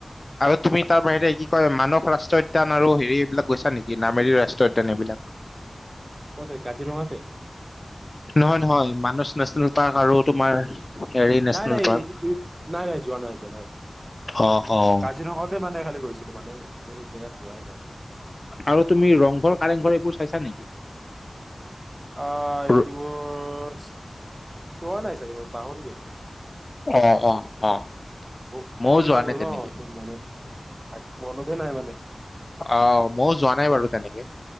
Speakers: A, on the left; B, on the right.
A: আৰু তুমি তাৰ বাহিৰে কি কয় মানস ৰাষ্ট্ৰীয় উদ্যান আৰু হেৰি এইবিলাক গৈছা নেকি নামেৰি ৰাষ্ট্ৰীয় উদ্যান এইবিলাক?
B: ক'তে কাজিৰঙাতেই?
A: নহয়- নহয় মানস নেচনেল পাৰ্ক আৰু তোমাৰ হেৰি নেচনেল
B: নাই, নাই
A: পাৰ্ক
B: <unintelligible> নাই, নাই, যোৱা নাই, যোৱা নাই।
A: অ', অ'।
B: কাজিৰঙাতহে মানে খালি গৈছিলোঁ মানে <unintelligible> জেগাত যোৱাই নাই
A: আৰু তুমি ৰংঘৰ, কাৰেংঘৰ এইবোৰ চাইছা নেকি?
B: অ,
A: ৰ-
B: এইকেবোৰ চোৱা নাই চাগে, মই পাহৰি গৈছো।
A: অ- অ- অ।
B: বৌ
A: ময়ো
B: দিন
A: যোৱা
B: হৈ
A: নাই
B: গ'ল
A: তেনেকে
B: ন, তোৰ মনত <unintelligible> মনতেই নাই মানে।
A: অ, মইও যোৱা নাই বাৰু, তেনেকে